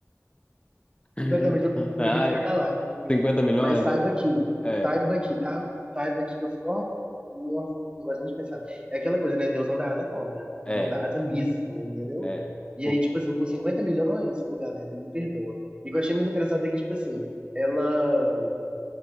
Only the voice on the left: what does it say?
<laughs>
ai,
50 milhões,
eu-
é,
é,
é.
Por-